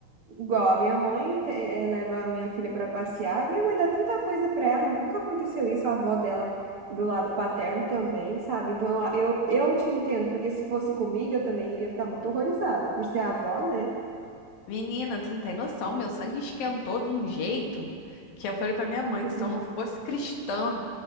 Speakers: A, on the right (about 50°); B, on the left (about 70°).
A: igual a minha mãe te- eh, leva a minha filha pra passear, minha mãe dá tanta coisa pra ela, nunca aconteceu isso, a avó dela do lado paterno também, sabe? Então, eu, eu te entendo, porque se fosse comigo, eu também iria ficar muito horrorizada, por ser a avó, né?
B: Menina, tu não tem noção, meu sangue esquentou de um jeito que eu falei pra minha mãe
A: <laughs>
B: que se eu não fosse cristã